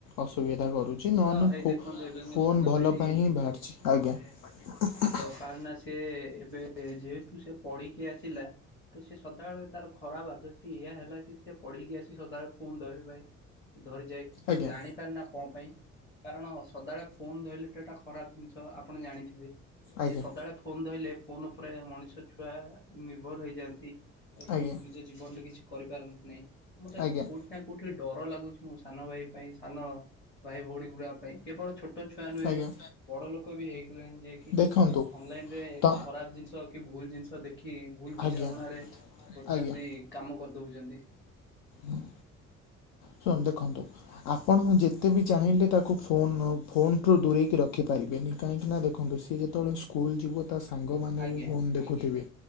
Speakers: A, on the left; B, on the left.
A: ଅସୁବିଧା କରୁଚି ନହେନେ
B: ତ ହେଇ
A: ଫୋ-ଫୋନ୍
B: ଦେଖନ୍ତୁ ଏବେ ମୋ ସାନ
A: ଭଲ
B: ଭାଇଟି
A: ପାଇଁ ହିଁ ବାହାରିଚି ଆଜ୍ଞା। <unintelligible> ହ
B: କାର ନା ସେ ଏବେ ଯେହେତୁ ସେ ପଢିକି ଆସିଲା ତ ସେ ସଦାବେଳେ ତାର ଖରାପ ଆଦରଟି ଇଆ ହେଲା କି ସି ପଢ଼ିକି ଆସି ସଦାବେଳେ ଫୋନ୍ ଧରି ବା ପାଇ ଧରିଯାଏ ମୁଁ
A: ଆଜ୍ଞା
B: ଜାଣିପାର ନା କଣ ପାଇଁ କାରଣ ସଦାବେଳେ ଫୋନ୍ ଧରିଲଟା ଖରାପ ଜିନିଷ ଆପଣ ଜାଣିଥିବେ
A: ଆଜ୍ଞା
B: ଯେ ସଦାବେଳେ ଫୋନ୍ ଧହିଲେ ଫୋନ ଉପରେ ମଣିଷ ଛୁଆ ନିର୍ଭର ହେଇଯାଆନ୍ତି ଏବଂ
A: ଆଜ୍ଞା
B: ଯେ ଜୀବନ ରେ କିଛି କରିପାରନ୍ତି ନାହିଁ ତ ମତେ
A: ଆଜ୍ଞା
B: କୋଉଠି ନା କୋଉଠି ଡର ଲାଗୁଛି। ମୁଁ ସାନ ଭାଇ ପାଇଁ ସାନ ଭାଇ ଭଉଣୀ ଗୁଡା ପାଇଁ କେବଳ ଛୋଟ ଛୁଆ ନୁହେ
A: ଆଜ୍ଞା
B: ବଡ ଲୋକ ବି ହେଇଥିଲେଣି ଯିଏ କି
A: ଦେଖନ୍ତୁ
B: ଅନଲାଇନ ରେ
A: ତ
B: ଖରାପ ଜିନିଷ କି ଭୁଲ ଜିନିଷ ଦେଖି ଭୁଲ ବୁଝାମଣାରେ
A: ଆଜ୍ଞା
B: କରୁଛନ୍ତି
A: ଆଜ୍ଞା
B: କାମ କରିଦଉଛନ୍ତି।
A: ହଁ। ଶନ ଦେଖନ୍ତୁ। ଆପଣ ଯେତେ ବି ଚାହିଁଲେ ତାକୁ ଫୋନ ଫୋନ ଠୁ ଦୂରେଇକି ରଖିପାରିବେନି କାହିଁକି ନା ଦେଖନ୍ତୁ। ଇ ଯେତେବେଳେ ସ୍କୁଲ ଯିବ ତା ସାଙ୍ଗ ମାନ
B: ଆଜ୍ଞା।
A: ବି ଫୋନ ଦେଖୁଥିବେ।